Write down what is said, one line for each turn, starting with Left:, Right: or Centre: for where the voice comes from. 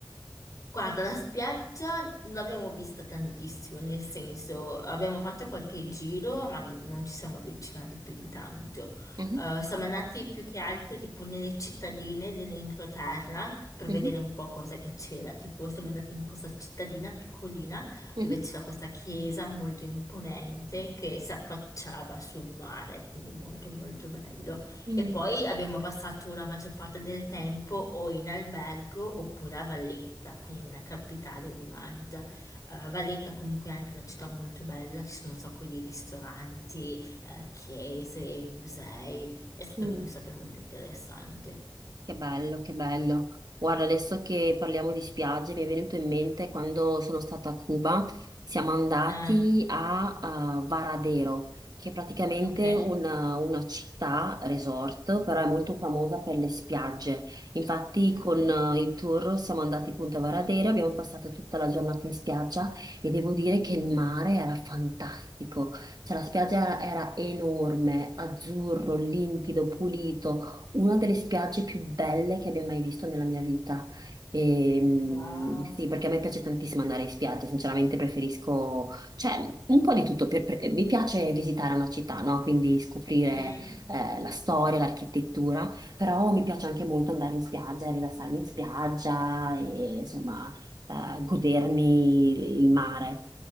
Left: Guarda, la spiaggia non l'abbiamo vista tantissimo, nel senso abbiamo fatto qualche giro, ma n- non ci siamo avvicinati più di tanto.
Right: Mhm,
Left: Eh, siamo andati più che altro tipo nelle cittadine dell'entroterra per
Right: mhm,
Left: vedere un po' cosa che c'era. Tipo, siamo andati in questa cittadina piccolina
Right: mhm,
Left: dove c'era questa chiesa molto imponente che si affacciava sul mare, quindi molto molto bello.
Right: mm,
Left: E poi abbiamo passato la maggior parte del tempo o in albergo oppure a Valletta, quindi nella capitale di Malta. Eh, Valletta comunque è anche una città molto bella, ci sono un sacco di ristoranti, eh, chiese, musei, è stato,
Right: mm.
Left: è stato molto interessante.
Right: Che bello, che bello. Guarda, adesso che parliamo di spiagge, mi è venuto in mente quando sono stata a Cuba, siamo andati
Left: Ah,
Right: a eh, Varadero, che è praticamente
Left: ok.
Right: una, una città resort, però è molto famosa per le spiagge. Infatti,
Left: Mhm,
Right: con eh, il tour siamo andati appunto a Varadero, abbiamo passato tutta la giornata in spiaggia e devo dire che
Left: mhm.
Right: il mare era fantastico. Cioè, la spiaggia era era enorme, azzurro, limpido, pulito una delle spiagge più belle che abbia mai visto nella mia vita. E, mm,
Left: Wow.
Right: sì, perché a me piace tantissimo andare in spiaggia, sinceramente preferisco, cioè, un po' di tutto. per- per- mi piace visitare una città, no? Quindi scoprire
Left: Mm.
Right: eh, la storia, l'architettura, però mi piace anche molto andare in spiaggia, rilassarmi in spiaggia e insomma eh, godermi il mare.